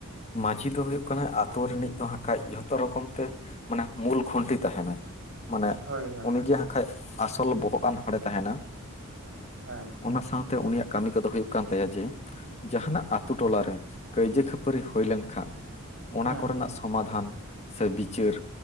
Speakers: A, on the left (about 30°); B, on the right (about 60°).
A: ᱢᱟᱹᱡᱷᱤ ᱫᱚ ᱦᱩᱭᱩᱜ ᱠᱟᱱᱟᱭ ᱟᱛᱳ ᱨᱤᱱᱤᱡ ᱫᱚ ᱦᱟᱸᱜ ᱠᱷᱟᱡ ᱡᱷᱚᱛᱚ ᱨᱚᱠᱚᱢ ᱛᱮ ᱢᱟᱱᱮ ᱢᱩᱞ ᱠᱷᱩᱱᱴᱤ ᱛᱟᱦᱮ ᱱᱟᱭ ᱾ ᱢᱟᱱᱮ
B: ᱦᱳᱭ ᱦᱳᱭ
A: ᱩᱱᱤᱜᱮ
B: ᱦᱳᱭ
A: ᱟᱠᱷᱟᱡ ᱟᱥᱚᱞ ᱵᱚᱦᱚᱜ ᱟᱱ ᱦᱚᱲᱮ ᱛᱟᱦᱮ ᱱᱟ ᱾
B: ᱦᱮᱸ
A: ᱚᱱᱟ ᱥᱟᱶ ᱛᱮ ᱩᱱᱤᱭᱟᱜ ᱠᱟᱹᱢᱤ ᱠᱚᱫᱚ ᱦᱩᱭᱩᱜ ᱠᱟᱱ ᱛᱟᱭᱟ ᱡᱮ ᱡᱟᱦᱟᱱᱟᱜ ᱟᱛᱳ ᱴᱚᱞᱟ ᱨᱮ ᱠᱟᱹᱭᱡᱟᱹ ᱠᱷᱟᱹᱯᱟᱹᱨᱤ
B: ᱦᱩᱸ
A: ᱦᱩᱭ ᱞᱮᱱ ᱠᱷᱟᱱ ᱚᱱᱟ
B: ᱦᱩᱸ
A: ᱠᱚ
B: ᱦᱩᱸ
A: ᱨᱮᱱᱟᱜ ᱥᱚᱢᱟ ᱫᱷᱟᱱ ᱥᱮ ᱵᱤᱪᱟᱹᱨ